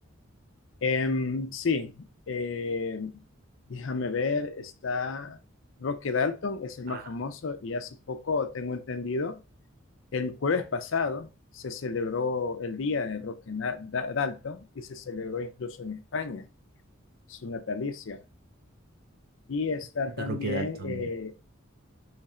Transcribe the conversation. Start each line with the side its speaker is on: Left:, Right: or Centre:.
Left: Em, sí, eh, déjame ver, está Roque Dalton, es el
Right: Ah,
Left: más famoso, y hace poco tengo entendido. El jueves pasado se celebró el día de Roque Dalton y se celebró incluso en España su natalicio. Y está
Right: de
Left: también,
Right: Roque Dalton.
Left: eh,